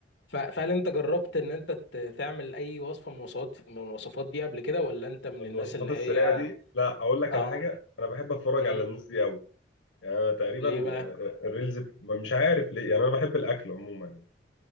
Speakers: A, on the left (about 65°); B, on the left (about 85°).
A: ف- فهل أنت جربت إن أنت ت- تعمل أي وصفة من الوصفات من الوصفات دي قبل كده ولا أنت
B: <laughs>
A: من
B: الوصفات
A: الناس اللي
B: السريعه
A: هي
B: دي لا اقول لك
A: آه
B: على حاجه انا بحب اتفرج
A: مم.
B: على الناس دي قوي يعني انا تقريبا
A: ليه بقى؟
B: آه، الريلز ب- مش عارف ليه يعني انا بحب الاكل عموما يعني